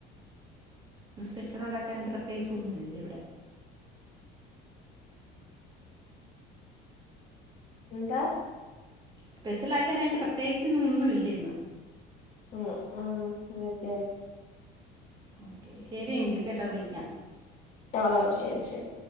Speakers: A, on the right (about 25°); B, on the left (about 40°).
A: ഇന്ന് സ്പെഷ്യല് ഉണ്ടാക്കാനായിട്ട് പ്രത്യേകിച്ച് ഒന്നും ഇല്ല ഇവിടെ
B: എന്താ
A: സ്പെഷ്യൽ ആക്കാനായിട്ട് പ്രത്യേകിച്ച് ഇന്നൊന്നും ഇല്ല ഇന്ന്
B: ഉം ഉം ഓക്കെ ഓക്കെ
A: ഓക്കെ ശരിയങ്കിൽ കേട്ടാ വിളിക്കാം
B: ആഹ് ആഹ് ശരി ശരി